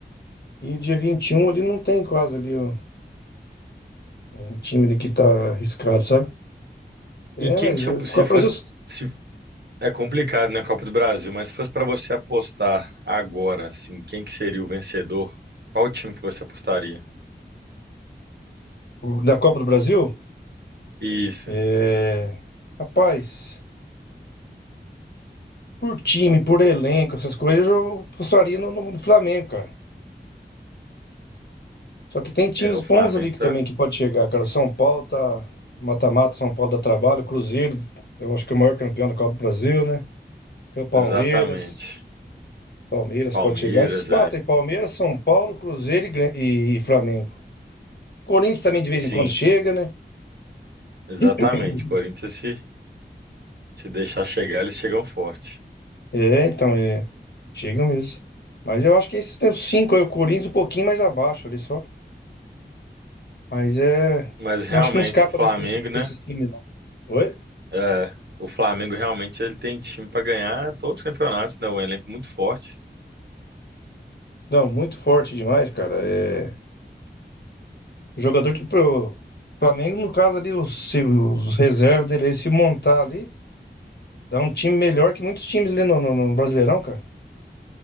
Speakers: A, on the left; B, on the right.
A: E dia 21 ali não tem quase ali ó, um time ali que tá arriscado, sabe? É,
B: E quem
A: mas
B: que
A: é, ficou
B: se
A: a
B: fosse,
A: Brasil
B: se é complicado na Copa do Brasil, mas se fosse para você apostar agora, assim, quem que seria o vencedor? Qual time que você apostaria?
A: da Copa do Brasil.
B: Isso,
A: É, rapaz. Por time, por elenco, essas coisas, eu apostaria no, no- no Flamengo, cara. Só que tem times
B: é o
A: bons
B: Flamengo,
A: ali que
B: tá?
A: também que pode chegar, cara. São Paulo tá mata-mata, São Paulo dá trabalho, Cruzeiro, eu acho que é o maior campeão da Copa do Brasil, né? Tem o Palmeiras,
B: Exatamente.
A: Palmeiras
B: Palmeiras,
A: pode chegar. Esses quatro
B: é.
A: aí, Palmeiras, São Paulo, Cruzeiro e, Gran- e- e Flamengo. Corinthians também de vez
B: Sim.
A: em quando chega, né?
B: Exatamente.
A: <laughs>
B: Corinthians, se, se deixar chegar, eles chegam forte.
A: É, então, é. Chega mesmo. Mas eu acho que esses né, os cinco aí, o Corinthians um pouquinho mais abaixo ali só. Mas é.
B: Mas realmente,
A: Não acho que não escapa
B: o Flamengo,
A: desse, desse,
B: né?
A: desse time, não. Oi?
B: É, o Flamengo realmente ele tem time para ganhar todos os campeonatos, né? Um elenco muito forte.
A: Não, muito forte demais, cara. É. Jogador de. Pro Flamengo, no caso ali, os, se os reservas dele se montar ali, dá um time melhor que muitos times ali no, no, no Brasileirão, cara.